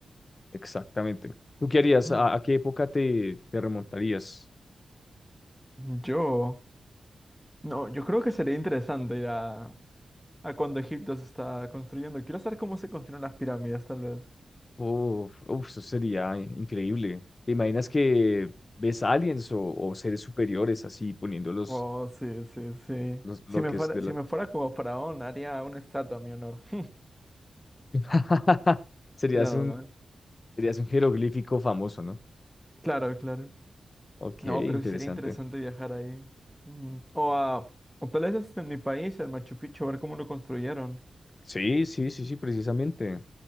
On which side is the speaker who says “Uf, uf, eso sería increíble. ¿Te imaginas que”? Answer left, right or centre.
Left